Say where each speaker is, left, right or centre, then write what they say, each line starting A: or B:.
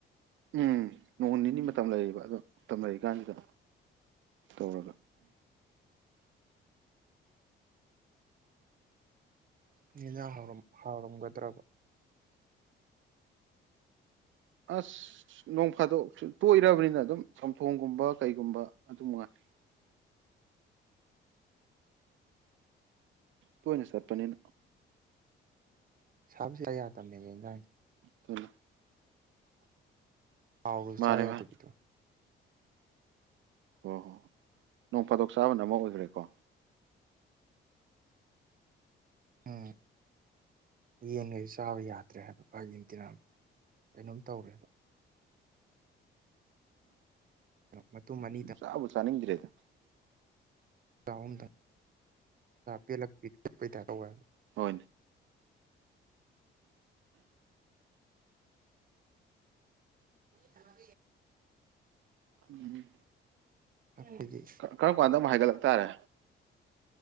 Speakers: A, on the right; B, on the right.
A: ꯎꯝ ꯅꯣꯡ ꯅꯤꯅꯤ ꯃꯇꯝ ꯂꯩꯔꯤꯕ ꯑꯗꯣ ꯃꯇꯝ ꯂꯩꯔꯤꯀꯥꯟꯁꯤꯗ ꯇꯧꯔꯒ
B: ꯑꯦꯟꯁꯡ ꯍꯥꯎꯔꯝꯒꯗꯔ꯭ꯕ
A: ꯑꯁ ꯅꯣꯡ ꯐꯥꯗꯣꯛ ꯁꯨ ꯇꯣꯛꯔꯛꯑꯕꯥꯅꯤꯅ ꯑꯗꯨꯝ ꯆꯝꯊꯣꯡꯒꯨꯝꯕ ꯀꯩꯒꯨꯝꯕ ꯑꯗꯨꯝꯃꯥꯉꯥꯏ ꯇꯣꯏꯅꯥ ꯆꯠꯄꯅꯤ ꯅꯥꯀꯣ
B: ꯁꯥꯕꯁꯤꯗꯥ ꯌꯥꯗꯕꯅꯦ
A: ꯊꯂꯣ
B: ꯍꯥꯎꯔꯁꯨ
A: ꯃꯥꯅꯦ
B: ꯆꯥꯕꯥ ꯌꯥꯗꯕꯤꯗꯣ
A: ꯃꯥꯅꯦ ꯍꯣꯏ ꯍꯣ ꯍꯣꯏ ꯅꯣꯡ ꯐꯥꯗꯣꯛ ꯆꯥꯕꯅ ꯑꯃ ꯑꯣꯏꯈ꯭ꯔꯦꯀꯣ
B: ꯎꯝ ꯌꯦꯟꯉꯩꯁꯨ ꯆꯥꯕ ꯌꯥꯗ꯭ꯔꯦ ꯍꯥꯏꯕ ꯃꯥꯥꯏꯒꯤ ꯏꯟꯇꯤꯅꯥ ꯀꯩꯅꯣꯝ ꯇꯧꯔꯦꯕ ꯃꯇꯨꯝ ꯑꯅꯤꯗꯪꯒ
A: ꯑ ꯆꯥꯕꯨ ꯆꯥꯅꯤꯡꯗ꯭ꯔꯦꯗ
B: ꯑꯍꯨꯝꯗꯪ ꯄꯂ
A: ꯍ
B: ꯇꯒ
A: ꯎꯝ
B: ꯑꯩꯈꯣꯏꯗꯤ
A: ꯀꯔꯝ ꯀꯥꯟꯗ ꯑꯃꯨꯛ ꯍꯥꯏꯒꯠꯂꯛ ꯇꯥꯔꯦ